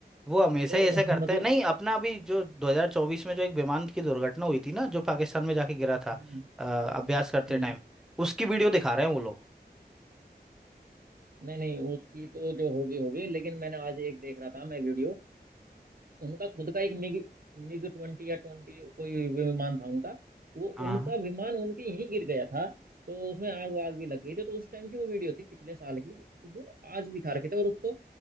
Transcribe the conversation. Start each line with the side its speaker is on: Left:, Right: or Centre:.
Centre: वो हमेशा
Right: तो
Centre: ही ऐसा करता
Right: <laughs> मतलब
Centre: है नहीं अपना अभी जो 2024 में जो एक विमान की दुर्घटना हुई थी ना जो पाकिस्तान में जाके गिरा था
Right: हम्म
Centre: अ, अभ्यास करते
Right: हम्म।
Centre: टाइम उसकी वीडियो दिखा रहे हैं वो लोग
Right: नहीं नहीं उसकी तो जो होगी होगी लेकिन मैंने आज एक देख रहा था मैं वीडियो उनका खुद का एक मिग मिग ट्वेंटी या ट्वेंटी कोई विमान था उनका वो
Centre: हाँ
Right: उनका विमान उनके यहीं गिर गया था तो उसमें आग वाग भी लग गई थी तो उस टाइम की वो वीडियो थी पिछले साल की तो वो आज दिखा रखे थे और उसको